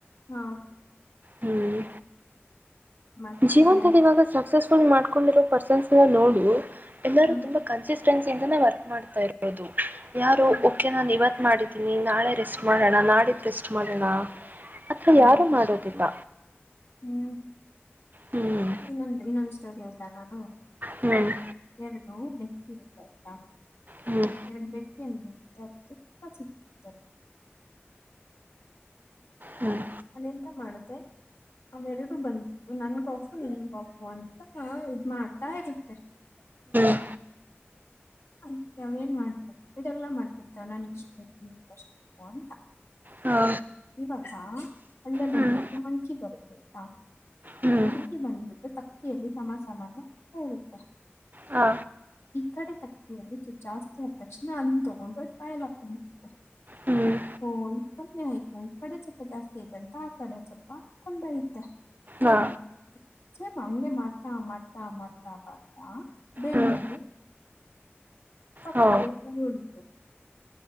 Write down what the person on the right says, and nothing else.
ಹ್ಮ್
ಜೀವನದಲ್ಲಿ ಇವಾಗ ಸಕ್ಸಸ್ ೊ ಮಾಡ್ಕೊಂಡಿರೋ ಪರ್ಸನ್ಸ್ ಎಲ್ಲ ನೋ ಎಲ್ಲರೂ
ತುಂಬಾ ಕನ್ಸಿಸ ಸ್ ಇಿಂದೇವರ್ ಮಾಡ್ತಾ ಇರೋದು ಯಾರು
ಓಕೆ ನನ್ು ಇವತ್ತು ಮಾಡಿದ್ದೀನಿ ನಾಳೆ ರೆಸ್ಟ್ ಮಾಡೋಣ ನಾಡಿದ್ದು ರೆಸ್ಟ್ ಮಾಡೋಣ ಅಥ
ಯಾರು ಮಾಡೋದಿಲ್ಲ
ಹ್ಮ್
ಹ್ಮ್
ಹ್ಮ್
ಹ್ಮ್
ಹ್ಮ್
ಹಾ
ಹ್ಮ್
ಹ್ಮ್
ಹಾ
ಹ್ಮ್
ಹಾ
ಹ್ಮ್
ಹೋ